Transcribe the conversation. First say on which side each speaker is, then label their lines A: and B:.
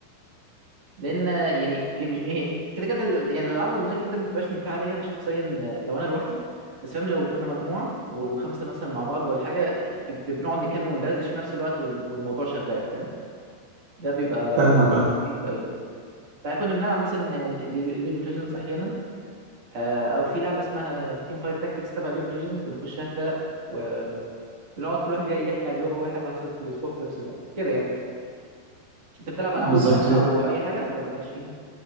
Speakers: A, on the right (about 40°); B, on the right (about 75°).
A: لأن آه، يعني هي مش- هي كده كده ال- يعني الألعاب الأونلاين كده كده ما بتبقاش ممتعة ليا أنا شخصيا آه، لو أنا لوحدي بس فاهم لو كنا مجموعة و- وخمسة مثلا مع بعض ولا حاجة ب- بنقعد نتكلم وندردش في نفس الوقت وال- والموضوع شغال فاهم ده بيبقى
B: فاهمك
A: إحساس
B: أه
A: لطيف أيوة فكنا بنلعب مثلا ليج اوف ليجندز احيانا آه، او في لعبه اسمها تيم فايت تاكتكس تبع ليج اوف ليجندز بنخشها فرق وبنقعد كل واحد يحكي على اليوم او اي حاجه حصلت في الاسبوع في نفس الوقت كده يعني انت بتلعب العاب
B: بالظبط
A: اونلاين او اي حاجه ولا مالكش فيها